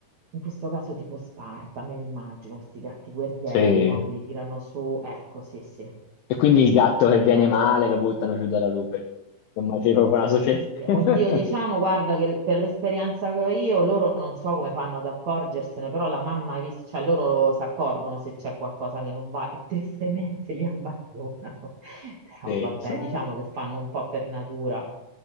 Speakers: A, on the right; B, on the left.
A: in questo caso tipo Sparta, me li immagino, questi gatti guerrieri,
B: sì.
A: no? Che li tirano su. Ecco, sì, sì,
B: E quindi il gatto che
A: me
B: viene
A: li immagino.
B: male lo buttano giù dalla rupe. Insomma, c'è proprio una società.
A: Oddio,
B: <laughs>
A: oddio, diciamo, guarda che per l'esperienza che ho io, loro non so come fanno ad accorgersene, però la mamma, ha vis- cioè loro si accorgono se c'è qualcosa che non va e tristemente li abbandonano. <laughs> Però
B: Sì,
A: vabbè,
B: insomma,
A: diciamo che fanno un po' per natura.